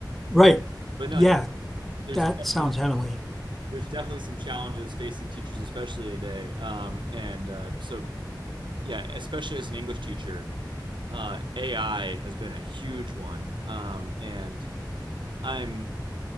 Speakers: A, in the centre; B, on the right (about 85°).
A: Right.
B: But no,
A: Yeah,
B: yeah, there's
A: That
B: definitely
A: sounds heavenly.
B: there's definitely some challenges facing teachers, especially today. Um, and uh, so yeah, especially as an English teacher, uh, AI has been a huge one, um, and I'm